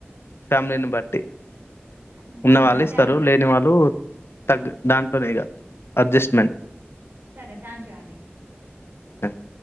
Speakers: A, on the left; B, on the right.
A: ఫ్యామిలీని బట్టి
B: హ్మ్.
A: ఉన్నవాళ్ళు
B: అవునా?
A: ఇస్తారు
B: థ్యాంక్ యూ.
A: లేని వాళ్ళు తగ్ దాంట్నేగా అడ్జస్ట్మెంట్
B: సరే థ్యాంక్ యూ అండి
A: థ్యాం యూ